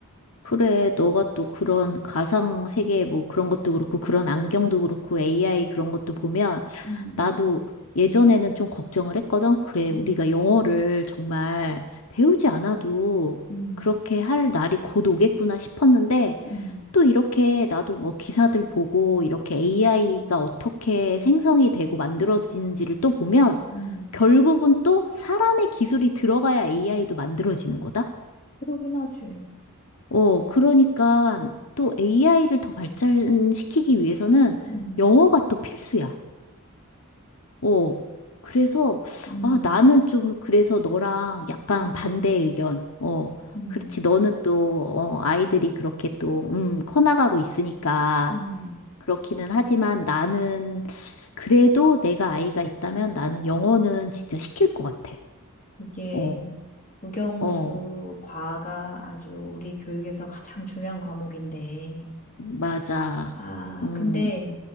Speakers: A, on the left; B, on the left.
A: 그래. 너가 또 그런 가상 세계 뭐 그런 것도 그렇고, 그런 안경도 그렇고, AI 그런 것도 보면,
B: 음,
A: 나도 예전에는 좀 걱정을 했거든. 그래.
B: 음,
A: 우리가 영어를 정말 배우지 않아도
B: 음,
A: 그렇게 할 날이 곧 오겠구나 싶었는데,
B: 음,
A: 또 이렇게 나도 뭐 기사들 보고 이렇게 AI가 어떻게 생성이 되고 만들어지는지를 또 보면
B: 음,
A: 결국은 또 사람의 기술이 들어가야 AI도 만들어지는 거다?
B: 그러긴 하지.
A: 어, 그러니까 또 AI를 더 발전시키기 위해서는
B: 음,
A: 영어가 또 필수야. 어, 그래서
B: 음,
A: 아, 나는 좀 그래서 너랑 약간
B: 음,
A: 반대 의견. 어,
B: 음,
A: 그렇지. 너는 또, 어, 아이들이 그렇게 또, 음, 커나가고 있으니까.
B: 음.
A: 그렇기는 하지만 나는 그래도 내가 아이가 있다면 나는 영어는 진짜 시킬 것 같아.
B: 이게
A: 어,
B: 국영수
A: 어,
B: 과가 아주 우리 교육에서 가장 중요한 과목인데,
A: 맞아.
B: 아,
A: 음,
B: 근데